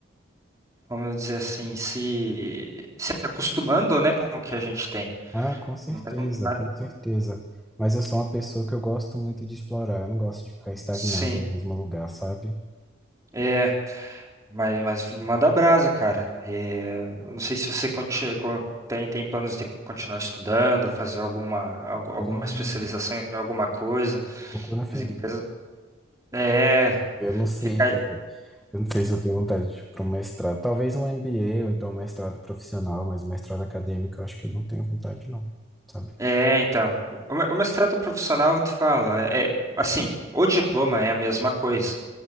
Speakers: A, on the right (about 15°); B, in the centre.
A: vamos dizer assim, se se acostumando, né, com o que a gente tem.
B: Ah, com certeza,
A: Não- é, não- mas-
B: com certeza. Mas eu sou uma pessoa que eu gosto muito de explorar, eu não gosto de ficar estagnado
A: Sim.
B: no mesmo lugar, sabe?
A: é. Mas, mas manda brasa, cara. É, não sei se você conti- co- tem, tem planos de continuar estudando, fazer alguma, algu- alguma
B: E
A: especialização em alguma coisa.
B: tocou na ferida.
A: As empresas. É,
B: Eu não sei
A: fica.
B: se eu tenho, eu não sei se eu tenho vontade de ir para um mestrado. Talvez um MBA ou então um mestrado profissional, mas um mestrado acadêmico eu acho que eu não tenho vontade, não, sabe?
A: É, então. O me- o mestrado profissional, eu te falo, é, é- assim, o diploma é a mesma coisa.